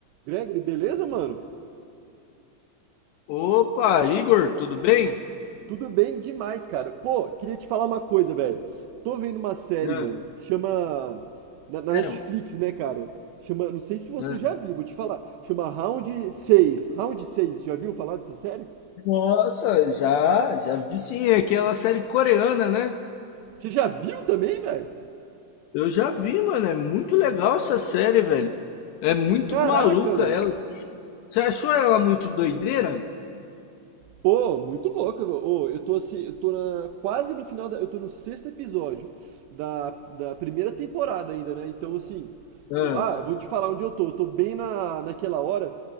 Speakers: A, on the right (about 75°); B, on the left (about 75°).
A: Gregory, beleza, mano?
B: Opa, Igor, tudo bem?
A: Tudo bem demais, cara. Pô, queria te falar uma coisa, velho. Tô vendo uma série,
B: Ah,
A: mano. Chama. Na, na
B: Claro.
A: Netflix, né, cara? Chama. Não sei se você
B: ah.
A: já viu, vou te falar. Chama Round seis, Round seis. Já viu falar dessa série?
B: Nossa, já, já vi sim, é aquela série coreana, né?
A: Você já viu também, velho?
B: Eu já vi, mano, é muito legal essa série, velho. É muito
A: Caraca,
B: maluca
A: velho.
B: ela. Você achou ela muito doideira?
A: Pô, muito louco, meu. Ô, eu tô assim, eu tô na, quase no final da, eu tô no sexto episódio da, da primeira temporada ainda, né? Então, assim,
B: Ah,
A: o- ah, eu vou te falar onde eu tô. Eu tô bem na, naquela hora